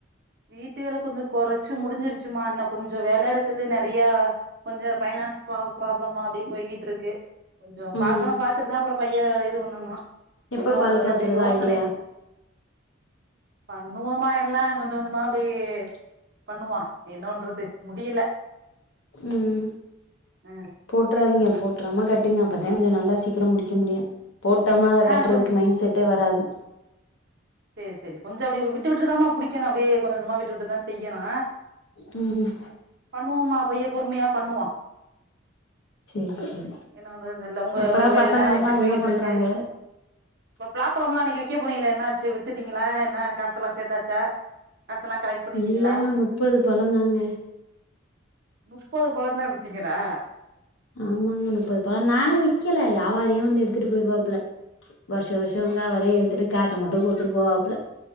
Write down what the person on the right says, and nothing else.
வீட்டுவேல கொஞ்ச கொறச்சு முடிஞ்சிருச்சுமா இன்ன கொஞ்சோ வேல இருக்குது நெறைய கொஞ்ச பைனாஸ் ப்பா ப்ராப்ளமா அப்டியே போய்கிட்டு இருக்கு கொஞ்சோ
பாக்கணும் பாத்துட்டு தான் அப்பறம் பைய இது பண்ணணும்
என்ன பண்றதுன்னு
அப்டியே யோசனை
பண்ணுவோமா எல்லா கொஞ்ச கொஞ்சமா அப்டியே பண்ணுவோ என்ன பன்றது முடில
அ
ஆ
கொஞ்
சேரி சேரி கொஞ்ச அப்டி விட்டு விட்டுதாம்மா புடிக்கணு அப்டியே கொஞ்ச கொஞ்சமா விட்டு விட்டுதா செய்யணு
பண்ணுவோம்மா போயி பொறுமையா பண்ணுவோ
என்ன பண்றதுன் தெர்ல உங்க
உங்க வேலையெல்லா
எப்டி போய்கிட்ருக்கு
அப்ப பலாப்பழம் எல்லா அன்னைக்கி விக்க போனிங்களே என்னாச்சு வித்துட்டீங்களா என்ன காசெல்லா சேத்தாச்சா காசெல்லா கலெக்ட் பண்ணிட்டீங்களா
முப்பது பழந்தா வித்தீங்களா